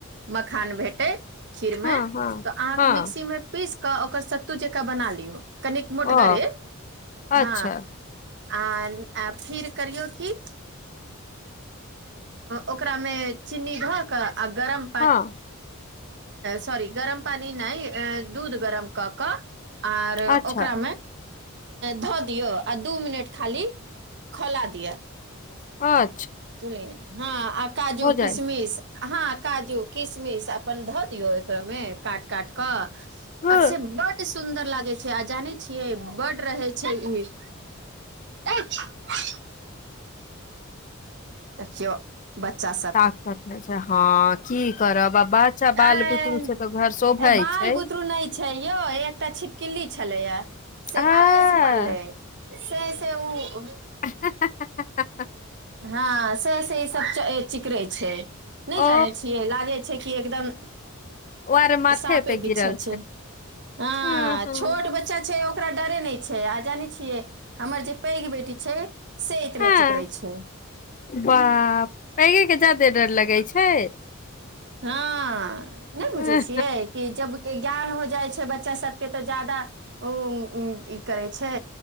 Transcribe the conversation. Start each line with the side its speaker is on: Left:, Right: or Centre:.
Right: माखान भेटे खिर मे
Left: हँ हँ
Right: अहाँ
Left: हँ
Right: मिक्सी मे पीस कऽ ओकर सत्तू जक बना लियौ कन मोटगरे
Left: ओ
Right: ह
Left: अच्छा
Right: आ फिर करियौ कि ओकरा मे चीनी धऽ कऽ आ गरम
Left: हँ।
Right: सारी गरम पानी नहि दूध गरम कऽ कऽ आर
Left: अच्छा
Right: ओकरा मे धऽ दियौ आ दू मिनट खाली खोला दिआ
Left: अ
Right: सुलिय ह आ काजू किसमिश
Left: जाइ
Right: ह काजू किशमिश अपन धऽ दियौ एकरोमे काट काटि कऽ
Left: हँ
Right: आ बड़ सुं सुन्दर लागे छै आ जाने छियै बड़ रहे छै ई <unintelligible> छिय बच्चा
Left: ताकत छै हँ कि करब बाबा अच्छा बाल
Right: ए
Left: बुतरु से तऽ घर शोभैत
Right: ए बाल
Left: छै।
Right: बुतरू नहि छै यौ एकटा छिकक्ली छलै या से
Left: आ
Right: खाएस पड़ले से सँ ओ
Left: <unintelligible>
Right: हँ से से ई सभ चिकरे छै नहि
Left: ओ
Right: जानै छियै लागै छै कि एकदम।
Left: ओ आर माथे
Right: सापे
Left: पे
Right: पीछा
Left: गिरल
Right: छै ह
Left: हँ हँ
Right: छोट बच्चा छै ओकरा डरे नहि छै आ जानै छिये हमर जे पैघ बेटी छै से इतने
Left: हँ
Right: चिकरे छै।
Left: बाप पैघेके जायदे डर लगैत छै
Right: ह नहि बुझै
Left: हँ
Right: छियै कि जब। के ज्ञान हो जाइ छै बच्चा सभके तऽ जादा उ ई करे छै